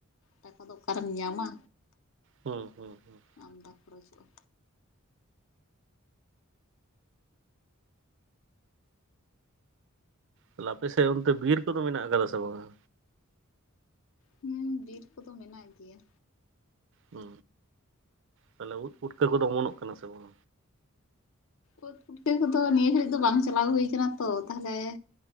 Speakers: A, on the left (about 65°); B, on the right (about 60°).
A: ᱴᱟᱠᱟ ᱫᱚ ᱚᱠᱟᱨᱮᱢ ᱧᱟᱢᱟ
B: ᱦᱩᱸ ᱦᱩᱸ ᱦᱩᱸ
A: ᱟᱢᱫᱟ ᱠᱷᱚᱨᱚᱪᱚᱜᱼᱟ
B: ᱛᱟᱦᱞᱮ ᱟᱯᱮ ᱥᱮᱫ ᱚᱱᱛᱮ ᱵᱤᱨ ᱠᱚᱫᱚ ᱢᱮᱱᱟᱜ ᱟᱠᱟᱫᱟ ᱥᱮ ᱵᱟᱝᱼᱟ?
A: ᱦᱩᱸ ᱵᱤᱨ ᱠᱚᱫᱚ ᱢᱮᱱᱟᱜ ᱜᱮᱭᱟ
B: ᱦᱩ ᱛᱟᱦᱚᱞᱮ ᱩᱫ ᱯᱩᱴᱠᱟᱹ ᱠᱚᱫᱚ ᱚᱢᱚᱱᱚᱜ ᱠᱟᱱᱟ ᱥᱮ ᱵᱟᱝ
A: ᱩᱫᱽ ᱯᱩᱴᱠᱟᱹ ᱠᱚᱫᱚ ᱱᱤᱭᱟᱹ ᱜᱷᱟᱹᱲᱤᱡ ᱫᱚ ᱵᱟᱝ ᱪᱟᱞᱟᱣ ᱦᱩᱭ ᱟᱠᱟᱱᱟ ᱛᱚ ᱛᱟᱦᱚᱞᱮ